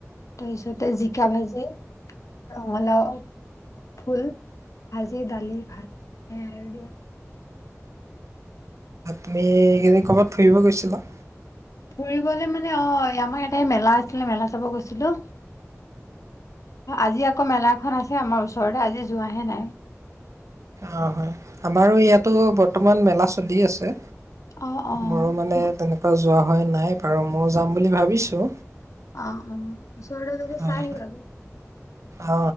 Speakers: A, on the left; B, on the right.
A: তাৰপিছতে জিকা ভাজি, ৰঙালাও ফুল ভাজি, দালি, ভাত সেয়াই আৰু দিয়া।
B: তুমি এইকেদি ক'ৰবাত ফুৰিব গৈছিলা?
A: ফুৰিবলে মানে অ', এ আমাৰ ইয়াতে মেলা আছিলে মেলা চাব গৈছিলোঁ। আজি আকৌ মেলা এখন আছে আমাৰ ওচৰতে, আজি যোৱাহে নাই।
B: অ হয় আমাৰো ইয়াতো বৰ্তমান মেলা চলি আছে।
A: অ অ
B: মোৰো মানে
A: গ-
B: তেনেকুৱা যোৱা হয়। নাই বাৰু, ময়ো যাম বুলি ভাবিছোঁ।
A: অ', অ', ওচৰতে যদি
B: হয়।
A: চাই আহিবাগৈ।
B: অ